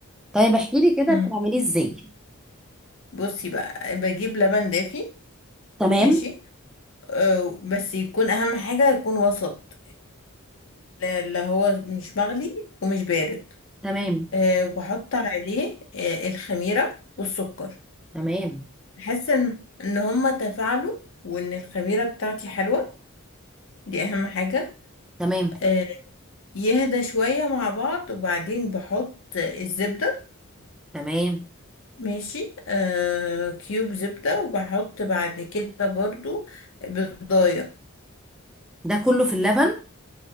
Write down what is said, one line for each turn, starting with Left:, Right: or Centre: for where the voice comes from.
Centre: طيب احكي لي كده
Left: مم.
Centre: بتعمليه ازاي
Left: بصي بقى بجيب لبن دافي
Centre: تمام
Left: ماشي أه بس يكون اهم حاجة يكون وسط لا لا هو مش مغلي ومش بارد
Centre: تمام
Left: أه بحط عليه أه الخميرة والسكر
Centre: تمام
Left: احس ان ان هما تفاعلوا وان الخميرة بتاعتي حلوة دي اهم حاجة
Centre: تمام
Left: آه، يهدى شوية مع بعض وبعدين بحط الزبدة
Centre: تمام
Left: ماشي آه، كيوب زبدة وبحط بعد كده برضو بيضاية
Centre: ده كله في اللبن